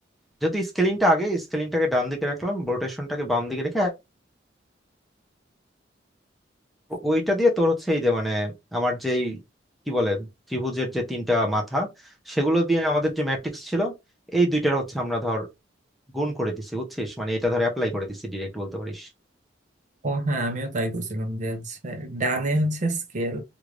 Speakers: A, in the centre; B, on the right.
A: যেহেতু স্কেলিংটা আগে স্কেলিংটাকে ডান দিকে রাখলাম রোটেশনটাকে বাম দিকে রেখে ওইটা দিয়ে তোর হচ্ছে এই যে মানে আমার যেই কি বলে ত্রিভুজের যে তিনটা মাথা সেগুলো দিয়ে আমাদের যে ম্যাট্রিক্স ছিল এই দুইটার হচ্ছে আমরা ধর গুণ করে দিছি বুঝছিস মানে এটা ধর অ্যাপ্লাই করে দিছি ডিরেক্ট বলতে পারিস
B: ও হ্যাঁ আমিও তাই করছিলাম যে হচ্ছে ডানে হচ্ছে স্কেল